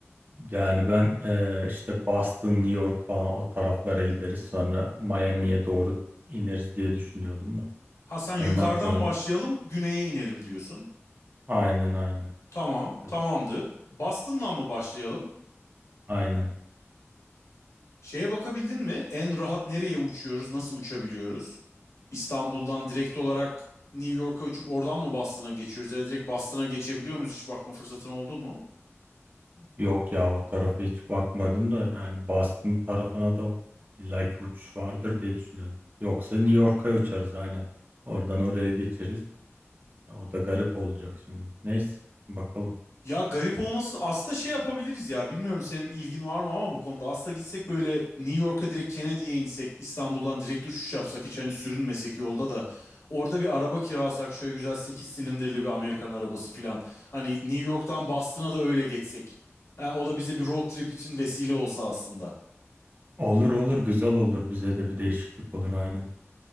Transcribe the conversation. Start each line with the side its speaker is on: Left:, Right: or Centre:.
Right: Yani ben eee, işte Boston, New York falan o taraflara gideriz sonra Miami'ye doğru ineriz diye düşünüyordum da.
Left: Ha sen yukarıdan
Right: Senin aklını
Left: başlayalım, güneye inelim diyorsun.
Right: aynen aynen.
Left: Tamam,
Right: Tabii,
Left: tamamdır. Boston'dan mı başlayalım?
Right: Aynen.
Left: Şeye bakabildin mi? En rahat nereye uçuyoruz, nasıl uçabiliyoruz? İstanbul'dan direkt olarak New York'a uçup oradan mı Boston'a geçiyoruz ya da direkt Boston'a geçebiliyor muyuz? Hiç bakma fırsatın oldu mu?
Right: Yok ya o tarafa hiç bakmadım da yani Boston tarafına da illaki uçuş vardır diye düşünüyorum. Yoksa New York'a uçarız aynen. Oradan oraya geçeriz. Ya O da garip olacak şimdi. Neyse bakalım.
Left: Ya garip olmasın. Aslında şey yapabiliriz ya. Bilmiyorum senin bir ilgin var mı ama bu konuda. Aslında gitsek böyle New York'a direkt Kennedy'ye insek. İstanbul'dan direkt uçuş yapsak. Hiç hani sürünmesek yolda da. Orada bir araba kiralasak. Şöyle güzel 8 silindirli bir Amerikan arabası filan. Hani New York'tan Boston'a da öyle geçsek. Ha, o da bize bir road trip için vesile olsa aslında.
Right: Olur olur güzel olur. Bize de bir değişiklik olur aynen.